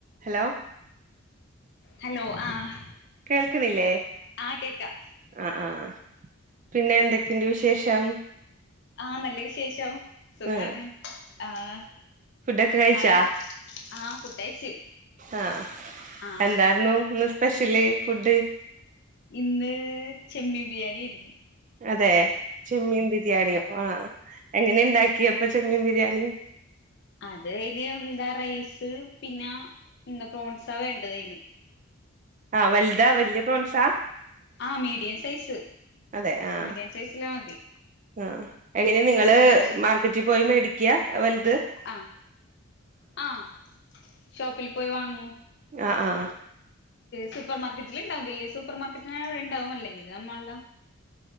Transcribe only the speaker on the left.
Hello ആഹ്
ആഹ് കേക്കാം
ആ നല്ല വിശേഷം സുഖാണ്
ആഹ്.
ആടെ ആഹ് ഫുഡഴിച്ചു
ആഹ്
ഇന്ന് ചെമ്മീൻ ബിരിയാണിയായിരുന്നു.
അത് അയ്ന് എന്താ റൈസ് പിന്നെ എന്താ പ്രോൺസ വേണ്ടത് അയ്ന്.
ആഹ് മീഡിയം സൈസ്.
മീഡിയം സൈസില് മതി
എന്നിട്ട്
ആഹ് ആഹ് ഷോപ്പിൽ പോയി വാങ്ങൂ.
സൂപ്പർ മാർക്കറ്റിൽ ഉണ്ടാവും വലിയ സൂപ്പർ മാർക്കറ്റിനാ അവിടെ ഉണ്ടാവും അല്ലെങ്കിൽ നമ്മൾട.